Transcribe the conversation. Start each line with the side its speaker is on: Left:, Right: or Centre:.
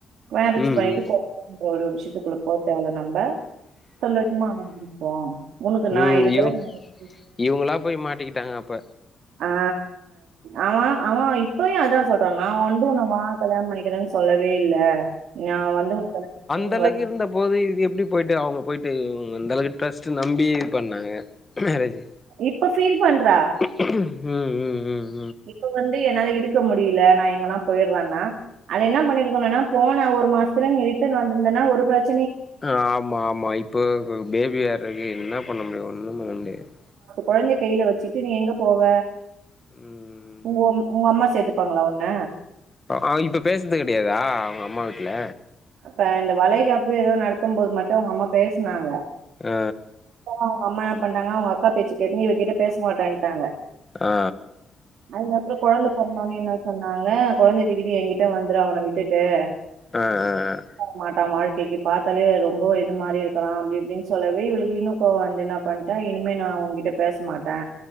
Right: மேரேஜ்
Left: ம்
Right: பண்ணிட்டு
Left: ம்
Right: கொழந்த <inaudible> ஒரு விஷயத்துக்குள்ள போ தேவலை நம்ம சந்தோஷமா இருப்போ உனக்கு நா
Left: ம்
Right: இருக்கிறே
Left: இவ
Right: எனக்கு நீ இருக்குற
Left: இவங்களா போய் மாட்டிக்கிட்டாங்க அப்ப
Right: ஆ அவ அவ இப்பயு அதா சொல்றா நா வந்து உன்ன வா கல்யாண பண்ணிக்கிறேன்னு சொல்லவே இல்ல நான் வந்து உனக்கென்ன
Left: ந்தலக்கு இருந்தா போது இது எப்டி போய் போயிட்டு அவங்க போயிட்டு அந்தாளுக்கு இன்ட்ரஸ்ட்டுனு நம்பி பண்ணாங்க மேறஜி
Right: இப்ப ஃபீல் பண்றா
Left: உக் உ உ உ உம்
Right: இப்ப வந்து என்னால இருக்கு இருக்க முடியல நா எங்கனா போயிறனா அத என்னா பண்ணிருக்கனுனா போன ஒரு மாசத்ல நீ ரிட்டன் வாந்திருந்தேன ஒரு பிரச்
Left: ஆமா ஆமா இப்போ பேபியார் அதுக்கு என்ன பண்ண முடியு ஒன்னு பண்ண முடியாது
Right: கொழந்தய கைல வச்சிட்டு நீ எங்க போவ
Left: ம்
Right: உங் உங்கொம்மா சேர்த்துட ப்பாங்களா ஒண்ண
Left: ஆ இப்ப பேசுறது கெடையாதா அவுங்க அம்மா வீட்ல
Right: இப்ப இந்த வலைகாப்பு ஏதோ நடத்தும் போது மட்டு அவுங்க அம்மா பேசுனாங்க
Left: ஆ
Right: அவுங்கம்மா பண்டாங்க அவுங்க அக்கா பேச்ச கேட்டுனு இவர்கிட்ட பேச மாட்டேன்ட்டாங்க
Left: ஆ
Right: அதுகப்ற கொழந்த பொறந்த ஒன்னையு என்னாச்சி நா சொன்னாங்க கொழந்தய தூக்கிட்டு எங்கிட்ட வந்துறு அவன விட்டுட்டு ஏ
Left: அ -அ-அ
Right: ஒத்து வரமாட்டா வாழ்க்கைக்கு பாத்தாலே ரொம்ப இது மாரி இருக்குறா அப்டி இப்டினு சொல்லவே இவளுக்கு இன்னு கோவ வந்து என்னா பண்ட்டா இனிமே நா ஒங்கிட்ட பேசமாட்டே